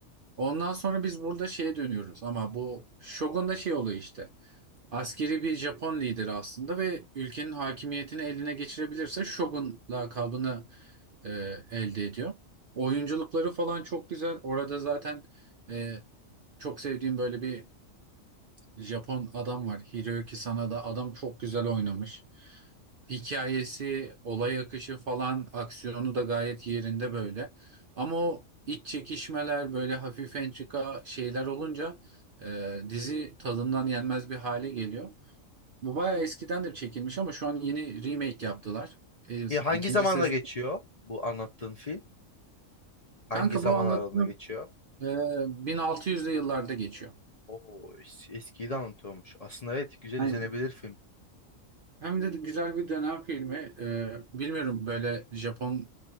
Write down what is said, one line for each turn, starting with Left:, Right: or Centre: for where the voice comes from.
Right: Ondan sonra biz burada şeye dönüyoruz ama bu Shogun da şey oluyor işte. Askeri bir Japon lideri aslında ve ülkenin hakimiyetini eline geçirebilirse Shogun lakabını e, elde ediyor. Oyunculukları falan çok güzel. Orada zaten e, çok sevdiğim böyle bir Japon adam var. Hiroyuki Sanada. Adam çok güzel oynamış. Hikayesi, olay akışı falan, aksiyonu da gayet yerinde böyle. Ama o iç çekişmeler, böyle hafif entrika şeyler olunca e, dizi tadından yenmez bir hale geliyor. Bu bayağı eskiden de çekilmiş ama şu an yeni remake yaptılar. E,
Left: E, hangi
Right: ikinci
Left: zamanda
Right: sezon.
Left: geçiyor bu anlattığın film? Hangi
Right: Kanka
Left: zaman
Right: bu anlattığım
Left: aralığında geçiyor?
Right: e, 1600'lü yıllarda geçiyor.
Left: Oo, es- eskiyi de anlatıyormuş. Aslında evet güzel
Right: Aynen.
Left: izlenebilir film.
Right: Hem de güzel bir dönem filmi. Ee, bilmiyorum böyle Japon